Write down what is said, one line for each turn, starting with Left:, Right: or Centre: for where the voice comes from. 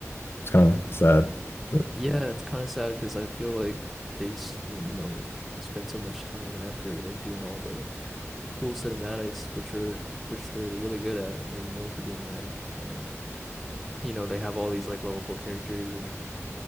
Left: It's kind of sad, but
Centre: yeah, it's kind of sad because I feel like they, s- like, you know, spent so much time and effort like doing all the cool cinematics, which are which they're really good at, and they're known for doing that. And you know, they have all these like lovable characters and like